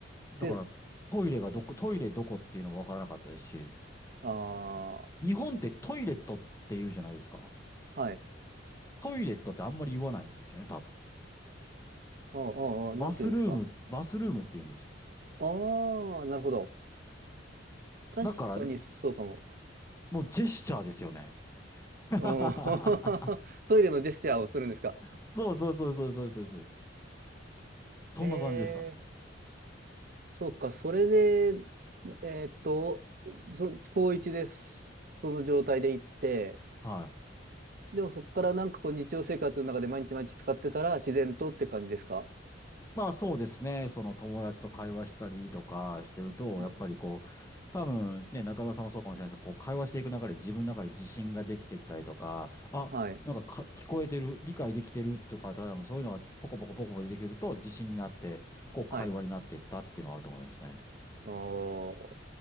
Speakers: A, on the left; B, on the right.
A: い。だから、
B: です。
A: トイレがどこ、トイレどこっていうのもわからなかったですし、
B: ああ、は
A: 日本ってトイレットって言うじゃないですか。
B: い。
A: トイレットってあんまり言わないんですよね、多分。
B: あーあー、ああなんて言うんですか。
A: バスルーム、バスルームって言うんですよ。
B: ああ、なるほど。確かにそうかも。
A: だから、もうジェスチャーですよね。<laughs>
B: あー <laughs>、トイレのジェスチャーをするんですか。
A: そうそうそうそうそうそうそうです。そんな感じでした。
B: へえ、そうか。それで、えーっと、そ、高一です。その状態で行って、
A: はい。
B: でもそこからなんかこう日常生活の中で毎日毎日使ってたら自然とって感じですか
A: まあそうですね。その友達と会話したりとかしてると、
B: はい。
A: やっぱりこう、多分ね、中村さんもそうかもしれないですけど、こう会話していく中で自分の中で自信ができてきたりとか、あ、
B: はい。
A: なんか、か聞こえてる、理解できてるとか、多分そういうのがポコポコポコポコ出てくると自信になって、こう会話になっていったっていうのがあると思いますね。
B: はいお